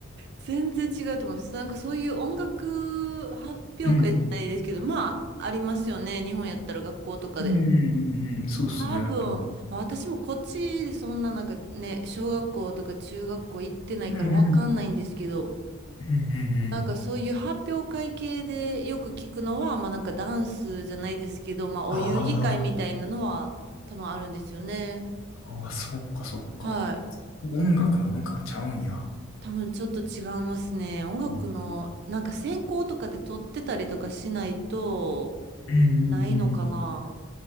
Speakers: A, on the right (about 55°); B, on the left (about 90°).
A: 全然違うと思います。なんかそういう音楽発表会じゃないですけど、
B: うん。
A: まあ、ありますよね。日本やったら学校とかで。
B: うんうんうんうん。そうっすね。
A: 多分、
B: うん
A: 私もこっちでそんななんかね、小学校とか中学校行ってないからわかんないんですけど、
B: うんうんうんうんうん。
A: なんかそういう発表会系でよく聞くのは、まあなんかダンスじゃないですけど、まあお遊戯会みたいなのは多分あるんですよね。
B: ああ、ああ、そっかそっか。
A: はい。
B: 音楽の文化がちゃうんや。
A: 多分ちょっと違いますね。音楽の、
B: うん
A: なんか専攻とかで取ってたりとかしないと、
B: うんうん
A: ないのかな。